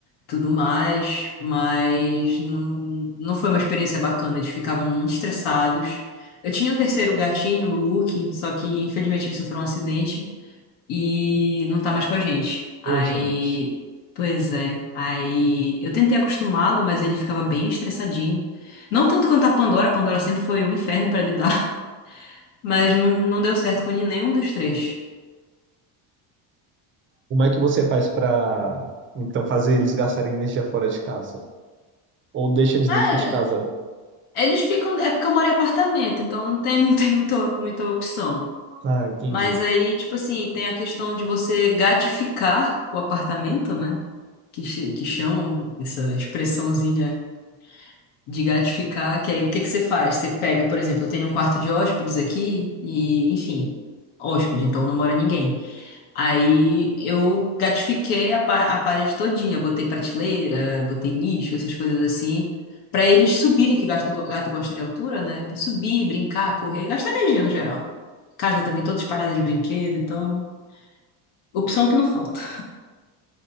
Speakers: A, on the left; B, on the right.
A: tudo mais, mas não, não foi uma experiência bacana, eles ficavam muito estressados. Eu tinha um terceiro gatinho, o Luke, só que infelizmente ele sofreu um acidente e não tá mais com a gente. Aí,
B: Ô, gente,
A: pois é. Aí eu tentei acostumá-lo, mas ele ficava bem estressadinho. Não tanto quanto a Pandora, a Pandora sempre foi um inferno pra lidar, <laughs> mas não, não deu certo com nenhum dos três.
B: como é que você faz para então fazer eles gastarem energia fora de casa? Ou deixa eles
A: É,
B: dentro de casa?
A: eles ficam. É porque eu moro em apartamento, então não tem, <laughs> não tem muita, muita opção.
B: Ah, entendi.
A: Mas aí, tipo assim, tem a questão de você gatificar o apartamento, né? Que, ch- que chamam essa expressãozinha de gatificar, que aí o que que você faz? Você pega, por exemplo, eu tenho um quarto de hóspedes aqui e, enfim, hóspede, então não mora ninguém. Aí eu gatifiquei a, pa- a parede todinha, botei prateleira, botei nicho, essas coisas assim, pra eles subirem, que gato, go- gato gosta de altura, né? Subir, brincar, correr, gastar energia no geral. Casa também toda espalhada de brinquedo, então opção que não falta.